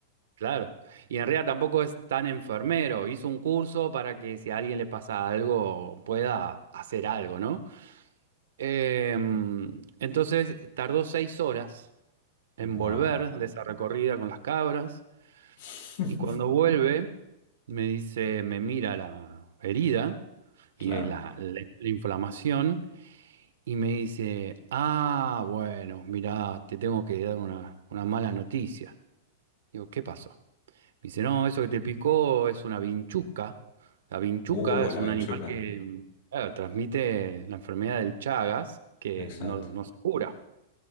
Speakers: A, on the right; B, on the left.
A: claro, y en realidad tampoco es tan enfermero. Hizo un curso para que si a alguien le pasa algo pueda hacer algo, ¿no? Em, entonces tardó seis horas en
B: Wow.
A: volver de esa recorrida con las cabras
B: <laughs>
A: y cuando vuelve... Me dice, me mira la herida
B: Claro.
A: y la, la- la inflamación y me dice, ah, bueno, mira, te tengo que dar una, una mala noticia. Digo, ¿qué pasó? Me dice, no, eso que te picó es una vinchuca. La vinchuca
B: Uh,
A: es
B: la
A: un
B: vinchuca,
A: animal que claro, transmite la enfermedad del Chagas, que
B: exacto.
A: no, no se cura.